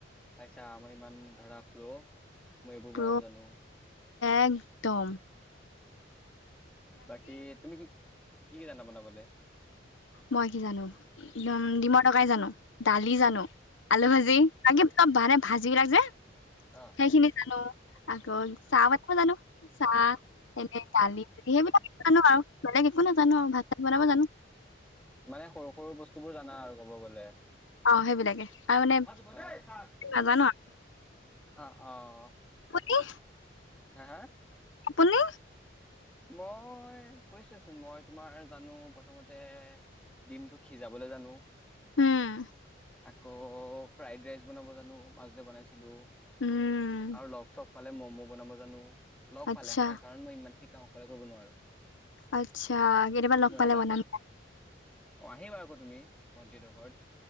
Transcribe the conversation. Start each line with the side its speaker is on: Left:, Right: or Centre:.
Centre: চাইছা আমই ইমান ধৰা প্ৰ মই এইবোৰ
Left: প্ৰ
Centre: বনাব জানো।
Left: একদম।
Centre: বাকী তুমি কি কি কি জানা বনাবলৈ?
Left: মই কি জানো একদম ডিমৰ দকাই জানো দালি জানো।
Centre: উম
Left: আলু ভাজি
Centre: উম
Left: লাগি ত ভে ভাজিবিলাক যে
Centre: অ'
Left: সেইখিনি জানো। আকো চাৱতালানো। চাহ এনে দালি সেইবিলাক জানো আৰু বেলেগ একো নাজানো আৰু ভাত চাত বনাব জানো।
Centre: মানে সৰু সৰু বস্তু বোৰ জানা আৰু কব গ'লে।
Left: অ' সেইবিলাকে আৰু মানে
Centre: ভাত দিব দেই, ভাত।
Left: নাজানো।
Centre: অ', অ'।
Left: কনে
Centre: হা হা?
Left: আপুনি?
Centre: মই কৈছোচোন মই তোমাৰ জানো প্ৰথমতে ডিমতটো সিজাবলৈ জানো।
Left: উম।
Centre: আকৌ ফ্ৰাইড ৰাইচ বনাব জানো মাজতে বনাইছিলো
Left: উম
Centre: আৰু লগ চ পালে ম'ম' বনাব জানো লগ
Left: আচ্ছা
Centre: পালে হা কাৰণ মই ইমান খিনি কাম অকলে কৰিব নোৱাৰো।
Left: আচ্ছা কেতিাবা লগ
Centre: মোৰ
Left: পালে
Centre: এলাহ
Left: বনাম।
Centre: লাগে অ' আহিবা আকৌ তুমি ভণ্টিডোখৰত।